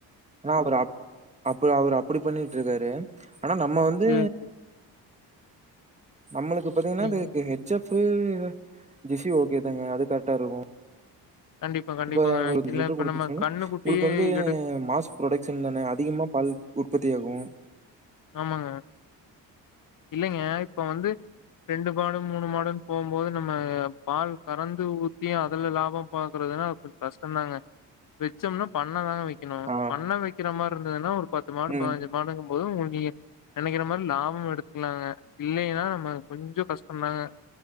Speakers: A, on the right; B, on the left.
A: ஆ‌னா அவர் அப் அப்ப‌ அவர் அப்படி பண்ணிட்ருக்காரு ஆனா நம்ம வந்து
B: சேரி சேரி
A: நம்மளுக்கு பாத்தீங்கன்னா
B: நீங்க
A: எதுக்கு ஹெச் எப் <unintelligible> ஜெஸி ஓகே தாங்க அது கரெக்டா இருக்கும்
B: கண்டிப்பா கண்டிப்பாங்க
A: இப்ப <unintelligible>
B: இல்ல
A: ஞ்சு லிட்டர்
B: இப்ப
A: கொடுத்துச்சனா
B: நம்ம கண்ணுக்குட்டி
A: உங்களுக்கு வந்து
B: எடு
A: மாஸ் புரொடக்க்ஷன் தானே அதிகமா பால் உற்பத்தி ஆகும்
B: ஆமாங்க இல்லங்க இப்ப வந்து ரெண்டு மாடு மூணு மாடுனு போகும் போது நம்ம பால் கறந்து ஊத்தி அதுல லாபம் பாக்குறதுனா கொஞ்சம் கஷ்டம்தாங்க வச்சோம்னா பண்ணதாங்க வை வக்கணும்
A: ஆ
B: பண்ணை வைக்கிற மாதிரி இருந்ததுன்னா ஒரு பத்து மாடு
A: ம்
B: பதினஞ்சு மாடு ப்பதும் நெனைக்கிற மாதிரி லாபமும் எடுத்துக்கலாங்க இல்லைன்னா நம்ம கொஞ்சம் கஷ்டம்தாங்க